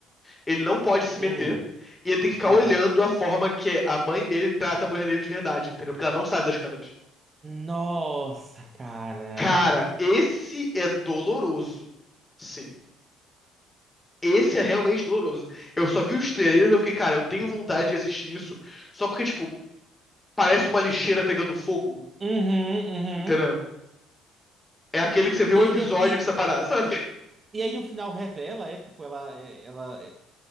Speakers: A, on the left (about 15°); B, on the right (about 30°).
A: Ele não pode se meter.
B: Hum,
A: E ele tem que ficar
B: tá.
A: olhando a forma que a mãe dele trata a mulher dele de verdade, entendeu? Porque ela não sabe das câmeras.
B: Nossa, cara.
A: Cara, esse é doloroso. Sim. Esse é realmente doloroso. Eu só vi os trailers e eu fiquei, cara, eu tenho vontade de assistir isso. Só porque, tipo, parece uma lixeira pegando fogo,
B: Uhum, uhum.
A: entendeu? É aquele que você vê
B: E
A: um
B: aí,
A: episódio
B: de- e,
A: e precisa parar, sabe? <laughs>
B: e aí no final revela, é tipo, ela, é- ela é